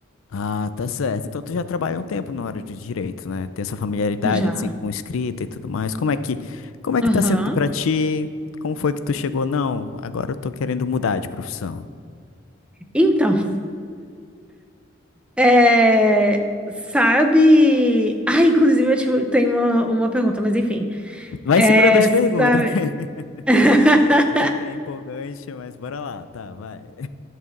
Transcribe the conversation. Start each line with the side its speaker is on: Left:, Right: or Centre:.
Left: Ah, tá certo. Então tu já trabalha um tempo na área de direito, né? Tem essa familiaridade
Centre: já.
Left: assim com escrita e tudo mais. Como é que como é
Centre: Aham.
Left: que tá sendo pra ti? Como foi que tu chegou? Não, agora eu tô querendo mudar de profissão.
Centre: Então, é, sabe? Ah, inclusive eu tive- tenho uma, uma pergunta, mas enfim.
Left: Vai
Centre: É,
Left: segurando as
Centre: sabe?
Left: perguntas. <laughs>
Centre: <laughs>
Left: Eu sei que é empolgante, mas bora lá, tá, vai.